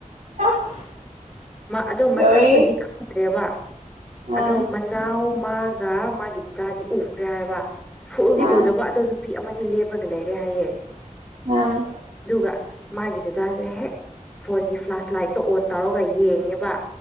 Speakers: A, on the right; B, in the centre.
A: ꯑꯁ
B: ꯑꯗꯣ ꯃꯁꯛꯇꯨꯗꯤ
A: ꯂꯣꯏ
B: ꯈꯪꯗ꯭ꯔꯦꯕ
A: ꯑꯥ
B: ꯑꯗꯣ ꯃꯅꯥꯎ ꯃꯥꯒ ꯃꯥꯒꯤ ꯗꯥꯗꯥꯗꯤ ꯎꯒ꯭ꯔꯦ ꯍꯥꯏꯕ ꯐꯨꯜꯗꯤ
A: ꯑꯥ
B: ꯎꯗꯕ ꯑꯗꯨ ꯅꯨꯄꯤ ꯑꯃꯗꯤ ꯂꯦꯞꯔꯒ ꯂꯩꯔꯦ ꯍꯥꯏꯌꯦ
A: ꯑꯝ
B: ꯑꯗꯨꯒ ꯃꯥꯒꯤ ꯗꯗꯥꯖꯦ ꯍꯦꯛ ꯐꯣꯟꯒꯤ ꯐ꯭ꯂꯥꯁ ꯂꯥꯏꯠꯇꯣ ꯑꯣꯟ ꯇꯧꯔꯒ ꯌꯦꯡꯉꯦꯕ